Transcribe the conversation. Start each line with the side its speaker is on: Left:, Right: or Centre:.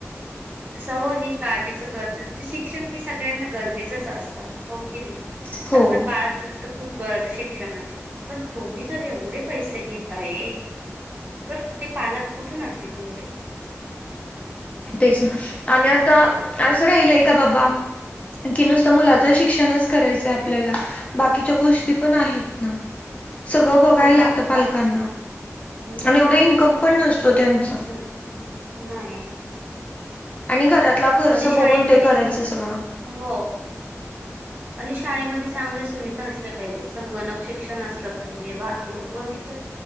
Right: कस हो ही काळजीचं कर्ज म्हणजे शिक्षण हे सगळ्यांना गरजेचंच असतं हो की नाही
Left: हो
Right: आता काळच तर खूप गरज आहे शिक्षणाची पण तुम्ही तर एवढे पैसे घेताय तर ते पालक कुठून आणतील एवढे
Left: तेच ना आणि आता असं राहिलय का बाबा की नुसतं मुलाचं शिक्षणच करायचंय आपल्याला बाकीच्या गोष्टी पण आहेत ना सगळं बघाय
Right: खूप ला
Left: लागतं पालकांना
Right: बाकीच हम्म.
Left: आणि एवढं इन्कम पण नसतो त्यांचं
Right: तेच ना. नाही
Left: आणि घरातला खर्च
Right: आणि शाळेमध्ये
Left: बघून ते करायचं सगळं
Right: हो आणि शाळेमध्ये चांगंल्या सुविधा असल्या पाहिजे संगणक शिक्षण असलं पाहिजे वाहतून व इतर